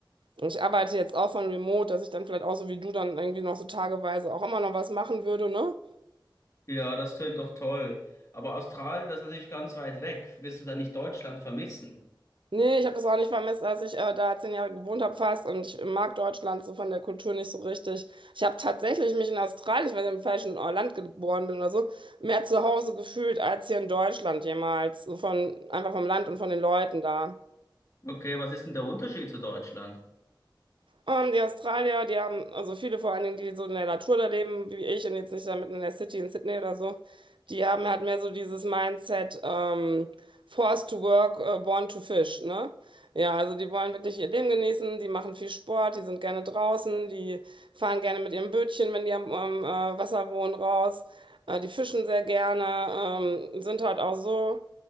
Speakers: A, on the right; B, on the left.
A: Ich arbeite jetzt auch von Remote, dass ich dann vielleicht auch so wie du dann irgendwie noch so tageweise auch immer noch was machen würde, ne?
B: Ja, das tönt doch toll. Aber Australien, das ist natürlich ganz weit weg. Wirst du da nicht Deutschland vermissen?
A: Nee, ich habe das auch nicht vermisst, als ich äh, da zehn Jahre gewohnt habe fast und ich mag Deutschland so von der Kultur nicht so richtig. Ich habe tatsächlich mich in Australien, weil ich im falschen äh, Land geboren bin oder so, mehr zu Hause gefühlt als hier in Deutschland jemals. So von, einfach vom Land und von den Leuten da.
B: Okay, was ist denn der Unterschied zu Deutschland?
A: Ähm, die Australier, die haben, also viele vor allen Dingen, die so in der Natur da leben, wie ich und jetzt nicht da mitten in der City in Sydney oder so, die haben halt mehr so dieses Mindset, ähm, forced to work, äh, born to fish, ne? Ja, also die wollen wirklich ihr Leben genießen, die machen viel Sport, die sind gerne draußen, die fahren gerne mit ihrem Bötchen, wenn die am, am äh, Wasser wohnen, raus, äh, die fischen sehr gerne, ähm, sind halt auch so